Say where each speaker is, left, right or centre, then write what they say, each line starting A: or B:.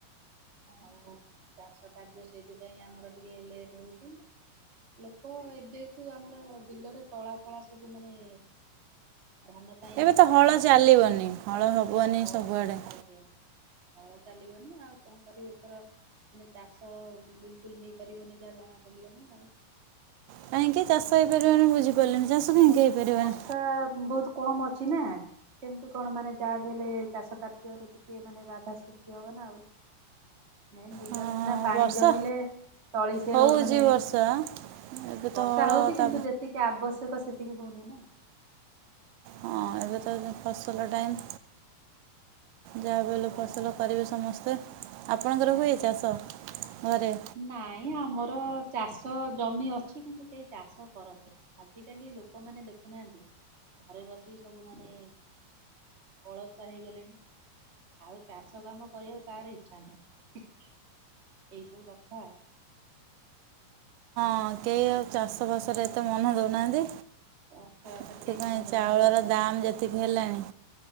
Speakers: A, on the right; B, on the right.
A: ଆଉ ଚାଷ କାର୍ଯ୍ୟ ସେଇଥିପାଇଁ ଆମର ଟିକେ ଲେଟ୍ ହଉଛି। ଲୋକ ଏବେକୁ ଆମର ବିଲରେ ତଳା ଫଳା ସବୁ ମାନେ ଧାନ ପାଇଁ
B: ଏବେ
A: ଆମର
B: ତ ହଳ ଚାଲିବନି ହଳ ହବନି
A: ହ
B: ସବୁଆଡ଼େ।
A: ଆଜ୍ଞା। ହଳ ଚାଲିବନି ଆଉ କଣ କରିବି ଏଥର ମାନେ ଚାଷ ବିଲକୁଲ ହେଇପାରିବନି ଯାହା ଜଣାପଡ଼ିଲାନି ଆଉ।
B: କାହିଁକି ଚାଷ ହେଇ ପାରିବନି ବୁଝିପାରିଲେଣିି ଚାଷ କାହିଁକି
A: ମାନେ
B: ହେଇପାରିବନି
A: ବର୍ଷା ବହୁତ କମ୍ ଅଛି ନା। କେମିତି କଣ ମାନେ ଯାହା ବି ହେଲେ ଚାଷ କାର୍ଯ୍ୟରେ ଟିକେ ମାନେ ବାଧା ସୃଷ୍ଟି ହବ ନା ଆଉ। ମେନ୍ ବିଲରେ
B: ହଁ
A: ସିନା ପାଣି
B: ବର୍ଷା
A: ଜମିଲେ ତଳି ସେ
B: ହଉଛି
A: ର ମାନେ
B: ବର୍ଷା ଏବେ
A: ବର୍ଷା
B: ତ ହଳ
A: ହଉଛି
B: ତା
A: କିନ୍ତୁ ଯେତିକି ଆବଶ୍ୟକ ସେତିକି ହଉନି ନା।
B: ହଁ ଏବେ
A: ଆଉ
B: ତ ଫସଲ ଟାଇମ୍। ଯାହାବି
A: ସେଭଳିଆ
B: ହେଲେ ଫସଲ
A: ଆଉ
B: କରିବେ ସମସ୍ତେ ଆପଣଙ୍କର
A: ଆଜ୍ଞା।
B: ହୁଏ ଚାଷ ଘରେ?
A: ନାଇଁ ଆମର ଚାଷ ଜମି ଅଛି କିନ୍ତୁ କେହି ଚାଷ କରନ୍ତିନି। ଆଜିକାଲି ଲୋକମାନେ ଦେଖୁନାହାନ୍ତି ଘରେ ବସିକି ସବୁ ମାନେ ଅଳସୁଆ ହେଇଗଲେଣି। ଆଉ ଚାଷ କାମ କରିବାକୁ କାହାର ଇଛା ନାହିଁ ଏଇ ସବୁ କଥା। ହଁ।
B: ହଁ କେହି ଆଉ ଚାଷ ବାସରେ ଏତେ ମନ ଦଉନାହାନ୍ତି।
A: ଅକ୍ଷର ଅକ୍ଷର
B: ଏଥିପାଇଁ
A: କେହି ମନ ଦଉନାହାନ୍ତି
B: ଚାଉଳର
A: ଆଉ
B: ଦାମ ଯେତିକି ହେଲାଣି।